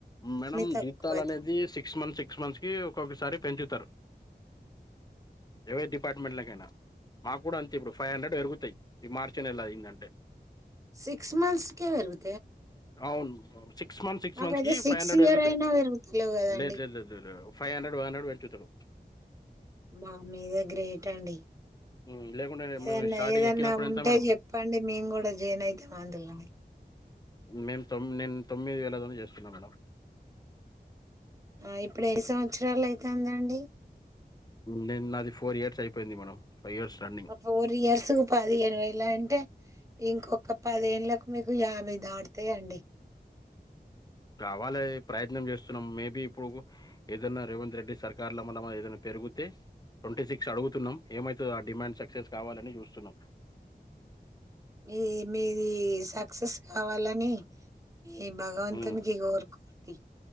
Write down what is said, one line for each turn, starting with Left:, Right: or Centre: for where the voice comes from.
Left: మేడం
Right: తక్కువ
Left: జీతాల
Right: అయితాంది
Left: అనేది సిక్స్ మంత్స్ సిక్స్ మంత్స్ కి ఒక్కొక్కసారి పెంచుతారు ఏవై డిపార్ట్మెంట్ నా మాకు కూడా అంతే ఇప్పుడు ఫైవ్ హండ్రెడ్ పెరుగుతాయి ఇది మార్చిినేలా అయిందంటే
Right: సిక్స్ మంత్స్ కే పెరుగు
Left: అవును సిక్స్ మంత్స్ సిక్స్
Right: మాకైతే
Left: మంత్స్ కి
Right: సిక్స్
Left: ఫైవ్ హండ్రెడ్
Right: ఇయర్
Left: పెరుగుతాయి
Right: అయినా పెరుగుతలేవు కదండి
Left: లేదు లేదుదు ఫైవ్ హండ్రెడ్ వన్ హండ్రెడ్ పెట్టింటారు
Right: మా మీదే గ్రేట్ అండి
Left: ఉమ్, లేకుంటే మేము
Right: ఏదన్నా
Left: స్టార్టింగ్
Right: ఏదన్నా
Left: ఎక్కినప్పుడు
Right: ఉంటే
Left: ఎంత మేడం
Right: చెప్పండి మేము కూడా జైన్ అవుతాం అందులో
Left: మేము తొమ్ నేను తొమ్మిది వేలమంది చేస్తున్నం మేడం
Right: ఆ ఇప్పుడు ఎన్ని సంవత్సరాలు అయితంది అండి
Left: నిను నాది ఫోర్ ఇయర్స్ అయిపోయింది మేడం ఫైవ్ ఇయర్స్ రన్నింగ్
Right: అప్పు ఇయర్సుకు పాది ఏనువేలా అంటే ఇంకొక పదేళ్లకు మీకు యాభై దాటుతాయండి
Left: రావాలే ప్రయత్నం చేస్తున్నాం మేబి ఇప్పుడు ఏదైన్నా రేవంత్ రెడ్డి సర్కార్ లో మన ఏదైనా జరిగితే ట్వంటీ సిక్స్ అడుగుతున్నాం ఏమైతుదో ఆ డిమాండ్ సక్సెస్ కావాలని చూస్తున్నాం
Right: మీ మీది సక్సెస్ కావాలని ఈ భగవంతునికి
Left: హ్మ్.
Right: ఇగొ వర్క్ కొది